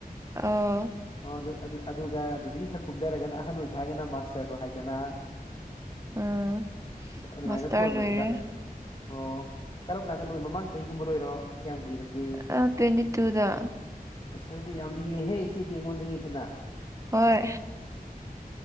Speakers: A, on the right; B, on the left.
A: ꯑ
B: ꯑ ꯑꯗꯨ ꯑꯗꯨꯗꯒꯤ ꯈꯔ ꯀꯨꯝꯊꯔꯒꯅ ꯑꯍꯟ ꯑꯣꯏꯕ ꯍꯥꯏꯒꯅ ꯃꯥꯁꯇꯔꯗꯣ ꯍꯥꯏꯗꯅ
A: ꯑꯥ
B: ꯑꯗꯨꯃꯥꯏꯅ
A: ꯃꯥꯁꯇꯔ
B: ꯊꯣꯟꯕꯅꯤꯗ
A: ꯂꯣꯏꯔꯦ
B: ꯑꯣ ꯀꯔꯝ ꯀꯥꯟꯗ ꯂꯣꯏ ꯃꯃꯥꯡ ꯆꯍꯤꯒꯨꯝꯕ ꯂꯣꯏꯔꯣ ꯀꯌꯥꯝ ꯀꯨꯏꯔꯒꯦ
A: ꯑꯥ ꯇ꯭ꯋꯦꯟꯇꯤ ꯇꯨꯗ
B: ꯑꯁ ꯍꯥꯏꯗꯤ ꯌꯥꯝ ꯂꯤꯔꯦꯍꯦ ꯏꯆꯦꯗꯤ ꯑꯩꯉꯣꯟꯗꯒꯤ ꯍꯦꯟꯅ
A: ꯍꯣꯏ